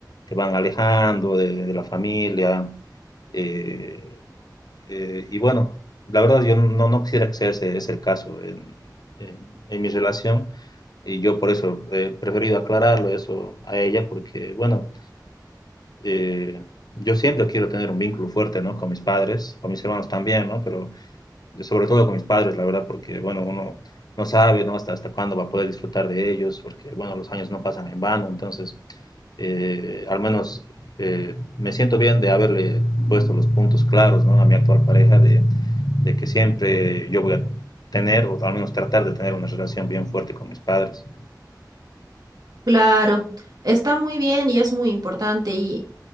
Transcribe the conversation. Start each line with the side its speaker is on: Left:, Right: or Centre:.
Left: te van alejando de, de la familia. eh, eh, y bueno, la verdad yo no, no quisiera que sea ese, ese el caso en, en- en mi relación. Y yo por eso he preferido aclararlo eso a ella, porque bueno, eh, yo siempre quiero tener un vínculo fuerte, ¿no? Con mis padres, con mis hermanos también, ¿no? Pero sobre todo con mis padres, la verdad, porque, bueno, uno no sabe, ¿no? Hasta, hasta cuándo va a poder disfrutar de ellos, porque, bueno, los años no pasan en vano, entonces, eh, al menos eh, me siento bien de haberle puesto los puntos claros, ¿no? A mi actual pareja, de, de que siempre yo voy a tener, o al menos tratar de tener una relación bien fuerte con mis padres.
Right: Claro, está muy bien y es muy importante y